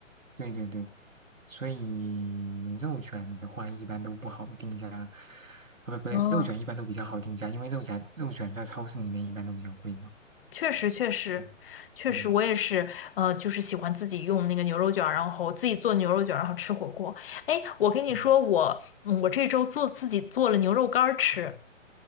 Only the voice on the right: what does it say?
对对对，所以肉卷的话一般都不好定价，啊不不，
肉卷一般都比较好定价，因为肉夹肉卷在超市里面一般都比较贵嘛。
嗯嗯
嗯
嗯，